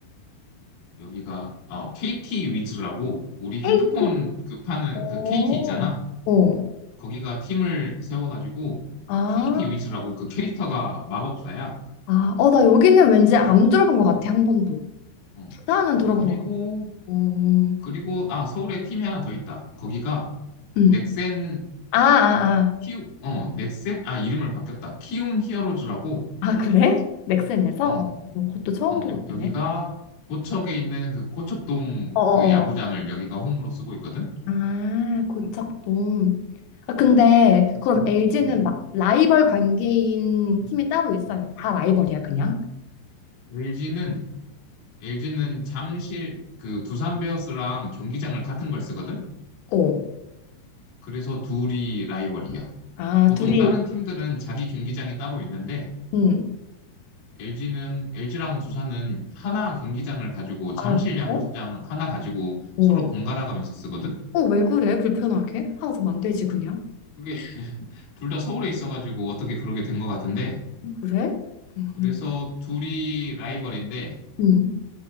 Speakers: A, on the left; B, on the left.
A: 여기가 어, KT 위즈라고 우리 핸드폰
B: KT.
A: 그 파는
B: 어,
A: 그 KT 있잖아.
B: 어.
A: 거기가 팀을 세워가지고
B: 아,
A: KT 위즈라고 그 캐릭터가 마법사야.
B: 아, 어, 나 여기는 왠지 안 들어본 것 같아. 한 번도.
A: 어.
B: 부산은 들어본
A: 그리고
B: 것 같아. 어, 어.
A: 그리고 아 서울에 팀이 하나 더 있다. 거기가
B: 응.
A: 넥센
B: 아, 아, 아.
A: 키움 어 넥센 아 이름을 바뀌었다. 키움 히어로즈라고
B: 아, 그래? 넥센에서?
A: 어,
B: 어, 어, 그것도 처음
A: 어,
B: 들어보네.
A: 여기가 고척에 있는 그 고척돔
B: 어어어.
A: 그 야구장을 여기가 홈으로 쓰고 있거든.
B: 아, 고척돔. 아, 근데
A: 그래.
B: 그럼 LG는
A: 음,
B: 막 라이벌 관계인 팀이 따로 있어요?
A: 음.
B: 다 라이벌이야, 그냥?
A: LG는 LG는 잠실 그 두산 베어스랑 경기장을 같은 걸 쓰거든.
B: 어.
A: 그래서 둘이 라이벌이야.
B: 아,
A: 보통
B: 둘이,
A: 다른 팀들은 자기 경기장이 따로 있는데
B: 응
A: LG는 LG랑 두산은 하나 경기장을 가지고 잠실
B: 아,
A: 야구장
B: 그래?
A: 하나 가지고
B: 어.
A: 서로 번갈아 가면서 쓰거든.
B: 어, 왜 그래? 불편하게? 하나 더 만들지, 그냥?
A: 그게 <laughs> 둘 다 서울에 있어가지고 어떻게 그러게 된 것 같은데
B: 응, 그래? 음,
A: 그래서 둘이 라이벌인데
B: 음,